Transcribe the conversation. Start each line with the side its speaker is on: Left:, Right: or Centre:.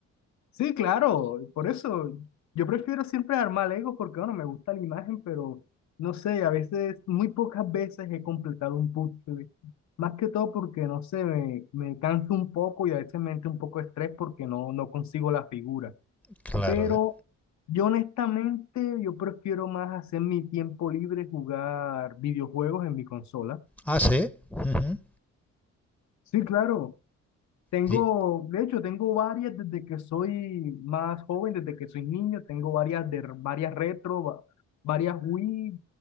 Left: Sí, claro, por eso yo prefiero siempre armar Legos porque, bueno, me gusta la imagen, pero no sé, a veces, muy pocas veces he completado un puzzle. Más que todo porque, no sé, me, me canso un poco y a veces me entra un poco de estrés porque no, no consigo la figura.
Centre: Claro.
Left: Pero yo honestamente, yo prefiero más hacer mi tiempo libre jugar videojuegos en mi consola.
Centre: Ah, sí. Ujú.
Left: Sí, claro. Tengo,
Centre: Y,
Left: de hecho, tengo varias desde que soy más joven, desde que soy niño, tengo varias de varias retro, va- varias Wii,